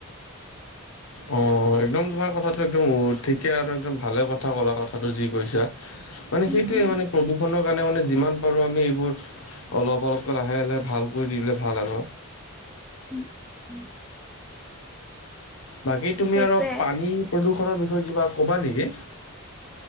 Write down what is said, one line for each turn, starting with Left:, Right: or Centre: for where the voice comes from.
Left: অ একদম তোমাৰ কথাটো একদম ঠিকে আৰু একদম ভালে কথা ক'লা কথাটো যি কৈছা। মানে
Centre: উম,
Left: সেইটোয়ে
Centre: উম,
Left: মানে প্ৰদূষণৰ কাৰণে মানে যিমান পাৰো আমি এইবোৰ অলপ অলপ কে লাহে লাহে ভাল কৰি দিলে ভাল আৰ।
Centre: উম উম।
Left: বাকী তুমি
Centre: সেইটোয়ে
Left: আৰু পানী প্ৰদূষনৰ বিষয়ে কিবা ক'বা নেকি?